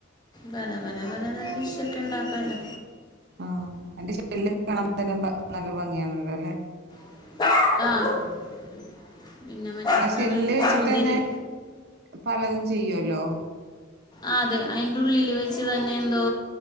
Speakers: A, on the left; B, on the right.
A: വര വരാ വരാ ഡിഷ്‌ ഒക്കെ ഉണ്ടാക്കാല്ലോ
B: ആ എന്റെ ശല്യ കാണാൻ തന്നെ ന നല്ല ഭംഗിയാണല്ലോ അല്ലെ
A: ആ പിന്നെ മറ്റേ
B: ആ
A: എന്താണ്
B: ഷെല്ല് വെച്ചിട്ട്ന്നെ
A: മുതിരി
B: പലതും ചെയ്യുവല്ലോ
A: ആ അതെ അയ്ന്റെ ഉള്ളില് വെച്ച് തന്നെ എന്തോ